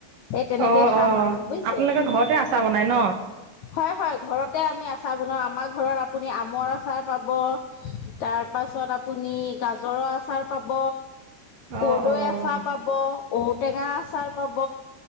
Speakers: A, on the left; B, on the right.
A: এই তেনেকে
B: অ
A: খাম
B: অ
A: আৰু বুজছে।
B: আপোনালোকে ঘৰতে আচাৰ বনাই ন
A: হয়, হয় ঘৰতে আমি আচাৰ বনাওঁ আমাৰ ঘৰত আপুনি আমৰ আচাৰ পাব তাৰপাছত আপুনি গাজৰৰ আচাৰ পাব।
B: অ
A: কৰ্দৈ
B: অ
A: আচাৰ পাব, ঔটেঙা আচাৰ পাব